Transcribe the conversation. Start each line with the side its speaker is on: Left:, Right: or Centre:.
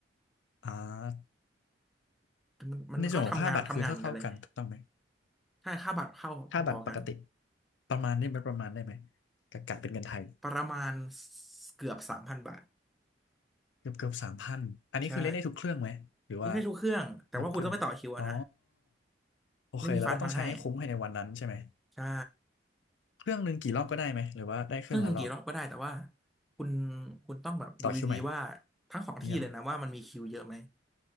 Left: อ่า
Centre: มันมันก็ทำงานทำงานเหมือนกันเลย
Left: ในส่วนของค่าบัตรคือเท่าๆกันถูกต้องไหม
Centre: ใช่ค่าบัตรเข้าพอๆกัน
Left: ค่าบัตรปกติประมาณได้ไหมประมาณได้ไหมกะกะเป็นเงินไทย
Centre: ประมาณเกือบสามพันบาท
Left: เกือบเกือบสามพันอันนี้คือเล่นได้ทุกเครื่องไหมหรือว่า
Centre: ใช่เล่นได้ทุกเครื่องแต่ว่าคุณต้องไปต่อคิวอะนะ
Left: บางเครื่องอ๋อ โอเคแล้วก็ต้องใช้ให้คุ้มภายในวันนั้นใช่ไหม
Centre: ไม่มีฟานพานให้ใช่
Left: เครื่องหนึ่งกี่รอบก็ได้ไหมหรือว่าได้เครื่องละรอบ
Centre: เครื่องหนึ่งกี่รอบก็ได้แต่ว่าคุณคุณต้องแบบดูดีๆว่า
Left: ต่อคิวใหม่
Centre: ทั้งสองที่เลยนะว่ามันมีคิวเยอะไหม
Left: เนี่ยเหรอ